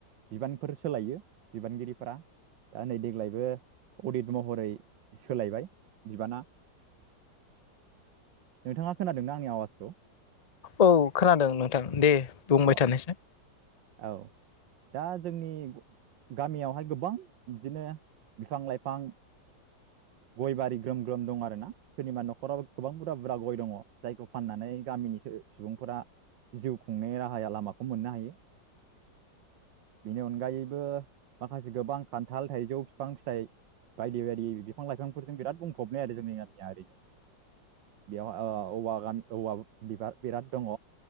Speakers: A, on the right; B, on the left.
A: बिबानफोर सोलायो बिबानगिरिफोरा दा नै देग्लायबो अडित महरै सोलायबाय बिबाना नोंथाङा खोनादोंना आंनि आवाजखौ
B: औ खोनादों नोंथां दे बुंबाय
A: अ
B: थानायसाय
A: औ दा जोंनि गामियावहाय गोबां बिदिनो बिफां लाइफां गय बारि ग्रोम ग्रोम दं आरोना सोरनिबा नखराव गोबां बुरा बुरजा गय दङ जायखौ फाननानै गामिनि सुबुंफोरा जिउ खुंनाय राहाया लामाखौ मोननो हायो बेनि अनगायैबो माखासे गोबां खान्थाल थाइजौ बिफां फिथाइ बायदि बायदि बिफां लाइफांफोरजों बिराद बुंफबनाय आरो जोंनि गामिया ओरैनो बेयाव ओ औवा औवागान औवा बिबार बिराद दङ